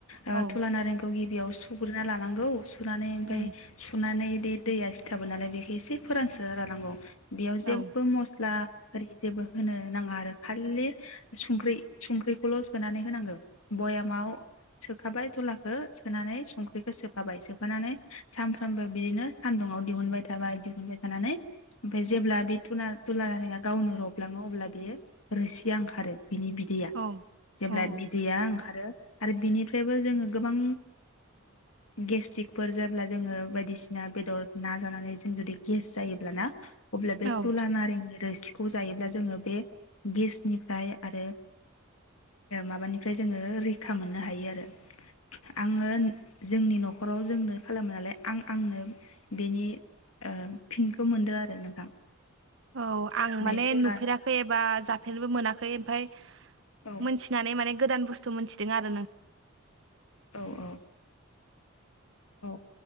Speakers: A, on the left; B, on the right.
A: ओ
B: औ
A: थुला नारेंखौ गि बेयाव सुग्रोना लानांगौ सुनानै ओमफ्राय
B: उम
A: सुनानै बे दैया सिथाबो नालाय बेखौ एसे फोरानस्रोना रानांगौ। बेयाव जेबो
B: औ
A: मस्ला आरि जेबो होनो नाङा आरो खालि संख्रि संख्रिखौल सोनानै होनांगौ। भयामाव सोखाबाय दुलाखौ सोनानै संख्रिखौ सोफाबाय सोब माबानानै सानफ्रामबो बिदिनो सान्दुंङाव दिहुनबाय थाबाय दिहुनबाय थानानै ओमफ्राय जेब्ला बेु थुला थुला नारेङा गावनो रबलाङो अब्ला बियो रोसिया ओंखारो। बिनि बिदैया
B: औ
A: जेब्ला
B: औ
A: बिदैया ओं खारो आरो बिनिफ्रायबो जोङो गोबां गेस्टिरिकफोर जायोब्ला जोङो बायदिसिना बेदर ना जानानै जों जुदि गेस जायोब्लाना अब्ला बे
B: औ
A: थुला नारें रोसिखौ जायोब्ला जोङो बे गेसनिफ्राय आरो माबानिफ्राय जोङो रैखा मोननो हायो आरो आङो जोंनि नखराव जोंनो खालामो नालाय आं आंनो बेनि फिनखौ मोनदों आरो नोंथां
B: औ आं
A: बे
B: माने
A: तुला
B: नुफेराखै एबा जाफेननोबो मोना खै ओमफ्राय
A: औ
B: मोनथिनानै माने गोदान बुस्थु मोनथिदों आरो नों
A: औ औ औ